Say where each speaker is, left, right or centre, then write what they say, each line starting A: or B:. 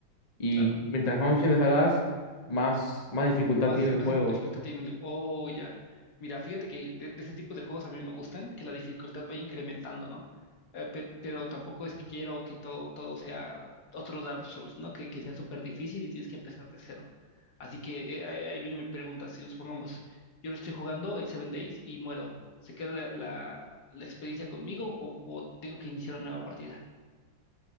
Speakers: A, on the left; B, on the left.
A: Y
B: claro.
A: mientras más misiones hagas, más, más dificultad
B: Más,
A: tiene el
B: más
A: juego.
B: dificultad tiene. el- Oh, ya. Mira, fíjate que de, de ese tipo de juegos a mí me gustan, que la dificultad va incrementando, ¿no? Eh, pe- pero tampoco es que quiero que todo, todo sea otro Dark Souls, ¿no? Que, que sea súper difícil y tienes que empezar de cero. Así que eh, ahí ahí viene mi pregunta. Si supongamos, yo lo estoy jugando el Seven Days y muero, ¿se queda la, la- la experiencia conmigo o, o tengo que iniciar una nueva partida?